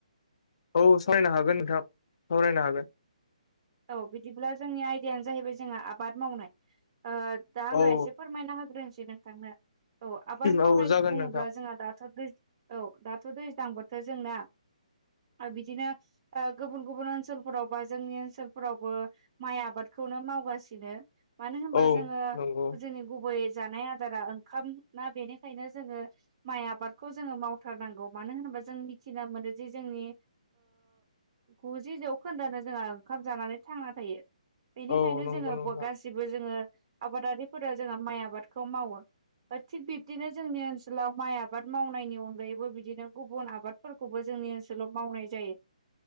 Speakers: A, on the left (about 50°); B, on the right (about 40°).
A: औ सावरायनो हागोन नोंथां सावरायनो हागोन।
B: औ बिदिब्ला जोंनि आयदायानो जाहैबाय जोंहा आबाद मावनाय ओ दा आङो
A: औ
B: एसे फोरमायना होग्रोनोसै नोंथांनो। औ आबाद मावनाय
A: औ जागोन
B: बुङोब्ला
A: नोंथां
B: जोंहा दाथ' दै औ दाथ' थ' दैज्लां बोथोर जोंना बिदिनो गुबुन गुबुन ओनसोलफोराव बा जोंनि ओनसोलफोरावबो माइ आबादखौनो मावगासिनो मानो होनबा
A: औ
B: जोङो
A: नंगौ
B: जोंनि गुबै जानाय आदारा ओंखाम ना बेनिखायनो जोङो माइ आबादखौ जोङो मावथारनांगौ मानो होनो जों मिथिना मोनोदि जोंनि गुजि जौखोन्दोयानो जोंहा ओंखाम जानानै थांना थायो बेनिखायनो
A: औ नंगौ
B: जोङो
A: नोंथां
B: ब गासिबो जोङो आबादारिफोरा जोंहा माइ आबादखौ मावो। बाद थिग बिब्दिनो जोंनि ओनसोलाव माइ आबाद मावनायनि अनगायैबो बिदिनो गुबुन आबादफोरखौबो जों जोंनि ओनसोलाव मावनाय जायो